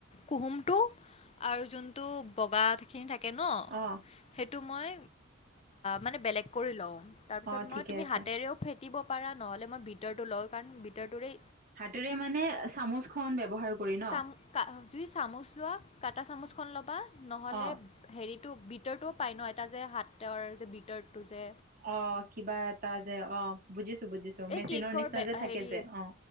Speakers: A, on the left; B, on the right.
A: কুহুমটো, আৰু যোনটো বগাখিনি থাকে ন'।
B: অ
A: সেইটো মই মানে বেলেগ কৰি লওঁ, তাৰপিছত
B: অ ঠিকে
A: মই তুমি
B: আছে
A: হাতেৰেও ফে টিব পাৰা নহ'লে মই বিতাৰটো লওঁ, কাৰণ বিতাৰটোৰে
B: হাতেৰে মানে চামুচখন ব্যৱহাৰ কৰি ন?
A: চাম কা তুমি চামুচ লোৱা কাটা চামুচখন ল'বা, নহ'লে
B: অ
A: হেৰিটো বিতাৰটোও পায় ন, এটা যে হাতৰ যে বিতাৰটো যে।
B: অ' কিবা এটা যে অ' বুজিছো, বুজিছো,
A: এই
B: মেচিনৰ
A: কেকৰ
B: নিচিনা
A: বে-
B: যে থাকে
A: হেৰি
B: যে অ'।